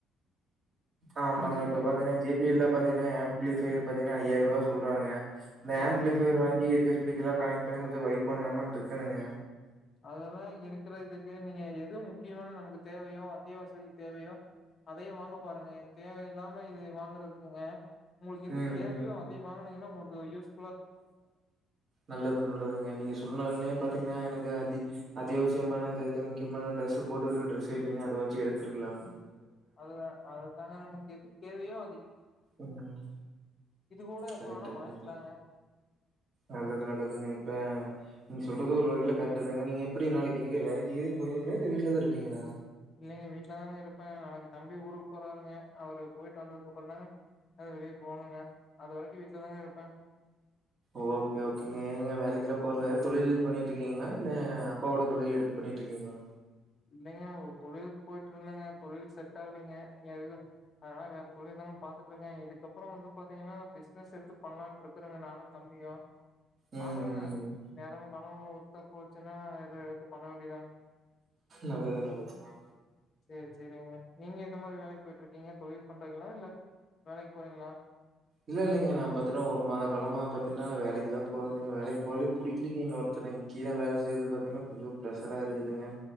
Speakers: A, on the right; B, on the left.
A: ஆமாங்க
B: சொல்லுங்க சொல்லுங்க
A: இப்ப பாத்திங்கனா ஜே பி ல்ல பாத்திங்கனா ஆம்ப்ளிஃபையர் பாத்திங்கனா ஐயாயிருவா சொல்றாங்க அந்த
B: சேரிங்க
A: ஆம்ப்ளிஃபயர் வாங்கி இருக்க ஸ்பீக்கர்லா கனெக்ட் பண்ணி கொஞ்ச வைப் புக் பண்லாமான்ட்ருக்கனுங்க
B: அதெல்லா இருக்கற இதுக்கு நீங்க எது முக்கியமான நமக்கு தேவையோ அத்தியாவசிய தேவையோ அதைய வாங்க பாருங்க தேவையில்லாம இதய வாங்கறதுக்குங்க உங்ளுக்கு எது
A: ம்
B: தேவையோ
A: ம்
B: அதைய வாங்க னிங்னா உங்களுக்கு யூஸ்
A: நல்லது நல்லதுங்க நீங்க சொன்ன ஒன்னே பாத்திங்னா எனக்கு அ அத்தியாவசியமான இந்த இது முக்கியமான டிரெஸ்சு போட்டுக்கறக்கு டிரெஸ்சே இல்லைங்க அதுவாச்சு எடுத்துருக்கலாங்
B: அதுதா அத தாங்க நமக்கு எது தேவையோ அ
A: ம்
B: கூட எப்ப
A: கரெக்ட்
B: வேணா
A: கரெக்ட்
B: வாங்கிக்கலாங்க
A: நல்லது நல்லதுங்க இப்ப சொல்றது ஒரு வகையில கரெக்டு தாங்க நீங்க எப்படி நாளைக்கு எங்க வேலைக்கு ஏது போறீங்ளா இல்ல வீட்லதா இருப்பிங்ளா
B: இல்லைங்க வீட்லதாங்க இருப்ப நாளைக்கு தம்பி ஊருக்கு போறாருங்க அவரு போயிட்டு வந்ததுக்கப்றந்தாங்க எங்யாது வெளிய போகணுங்க அது வரைக்கு வீட்ல தாங்க இருப்ப
A: ஓகே ஓகேங்க நீங்க வேலைக்கெல்லா போற தொழில் கீது பண்ணிட்ருக்கிங்ளா இல்ல அப்பாவோட தொழில் எடுத்து பண்ணிட்ருக்கிங்ளா
B: இல்லைங்க தொழிலுக் போயிட்ருந்தங்க தொழில் செட் ஆகலிங்க ஏது அதனால வேற தொழில் தாங்க பாத்துட்டு இருக்கே இதுக்கப்புற வந்து பாத்திங்கனா பிசினஸ் எடுத்து பண்லான்ட்டு இருக்கறங்க நானு தம்பியு
A: ம்
B: பாக்கலாங்க
A: ம் ம்
B: நேரமு காலமு ஒத்து போச்சுன்னா இத எடுத்து பண்ண வேண்டியதாங்க
A: நல்லது நல்லதுங்க
B: சேரி சேரிங்க நீங்க எந்த மாரி வேலைக்கு போயிட்டு இருக்கீங்க தொழில் பண்றீங்களா? இல்ல வேலைக்கு போறீங்களா?
A: இல்ல இல்லைங்க நா பாத்தீனா ஒரு மாத காலமா பாத்தீங்கனா வேலைக்குலா போறதில்லைங்க வேலைக்கி போவவே புடிக்கிலைங்க இன்னோருத்தவங்க கீழ வேல செய்றது பாத்தீங்கன்னா கொஞ்சோ ப்ரெஷரா இருக்குதுங்க